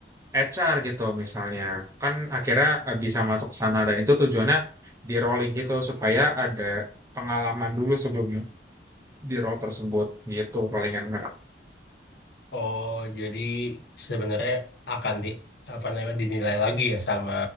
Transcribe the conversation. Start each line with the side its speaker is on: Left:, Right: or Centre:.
Right: HR gitu misalnya. Kan akhirnya eh, bisa masuk sana dan itu tujuannya di rolling gitu supaya ada pengalaman dulu sebelum di role tersebut gitu palingan Kak.
Left: oh jadi sebenarnya akan di apa namanya dinilai lagi ya sama